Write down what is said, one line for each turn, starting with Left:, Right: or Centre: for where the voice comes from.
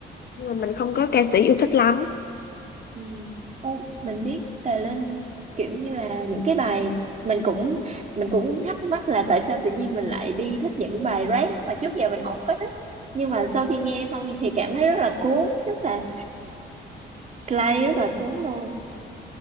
Left: nhưng mà mình không có ca sĩ yêu thích lắm
Right: Ừ. Ô, mình biết Tài Linh kiểu như là những cái bài mình cũng mình cũng thắc mắc là tại sao tự nhiên mình lại đi thích những bài rap mà trước giờ mình không có thích nhưng mà sau khi nghe xong thì cảm thấy rất là cuốn rất là play rất là cuốn luôn